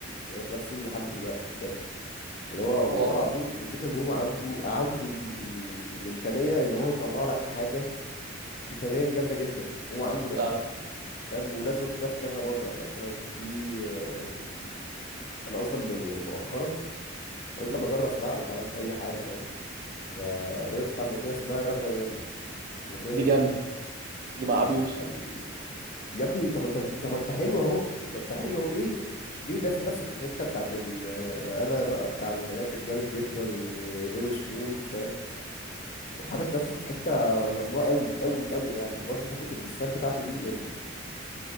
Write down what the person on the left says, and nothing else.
الراب سين لحد دلوقتي بجد يعني هو
والله العظيم الفكرة ان هو عنده عنده ال... ال- الامكانية ان هو يطلع لك حاجة كتابيا جامدة جدا هو عنده ده
فاهم وده شفناه في كذا مرة يعني مثلا في آم، انا اصلا من- يعني مؤخرا قلت
اما اجرب اسمع له فاهم اي حاجه فاهم فوقفت عند اغنيه اسمها الراب غيرني الاغنيه
دي
ي-
يعني يا ابني طب انت طب ما انت حلو اهو ما انت حلو اهو ليه ليه دافن نفسك في الحته بتاعت ال... آه، انا بقى بتاع البنات الجامد جدا اللي الروش موت فاهم حاطط نفسه في حته ظلماء قوي قوي قوي يعني وبرده حته الدسات بتاعته دي يعني